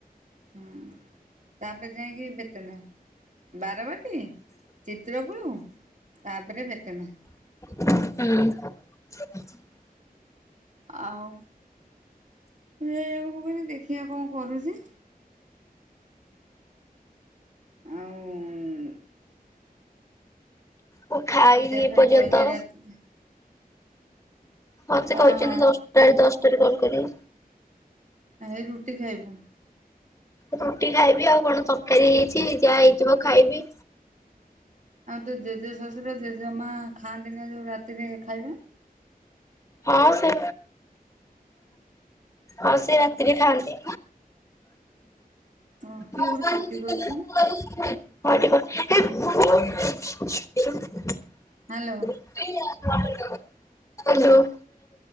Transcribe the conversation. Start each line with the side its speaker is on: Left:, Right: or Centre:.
Right: ହୁଁ ତାପରେ ଯାଇକି ବେତନା। ବାରବାତୀ ଚିତ୍ରକୂଳୁ ତାପରେ ବେତନା।
Left: ହୁଁ! <inaudible>
Right: ଆଉ ହୁ ଏଇଆକୁ ମୁଁ କଇଲି ଦେଖିବା କଣ କରୁଚି? ଆଉ
Left: ମୁଁ ଖାଇନି
Right: ଲିଜା
Left: ଏ
Right: ଫେରେ
Left: ପଯନ୍ତ।
Right: କହିଛି ରାତି
Left: ହଁ ସେ
Right: କଣ
Left: କହିଛନ୍ତି ଦଶଟାରେ ଦଶଟାରେ କଲ୍ କରିବି।
Right: ଆ ଏ ରୁଟି ଖାଇବୁ।
Left: ରୁଟି ଖାଇବି ଆଉ କଣ ତରକାରୀ ହେଇଛି ଯାହା ହେଇଥିବ ଖାଇବି।
Right: ଆଉ ତୁ ଜେଜେ ଶ୍ୱଶୁର ଜେଜେମା ଖାଆନ୍ତି ନା ଯୋଉ ରାତିରେ ଖାଇବେ।
Left: ହଁ ସେ ହଁ ସେ ରାତିରେ ଖାଆନ୍ତି।
Right: ହଁ
Left: <inaudible>
Right: କିଏ ଗୋଟେ ପାଟି କରୁଛି
Left: <unintelligible>
Right: ହ୍ୟାଲୋ!
Left: ହ୍ୟାଲୋ!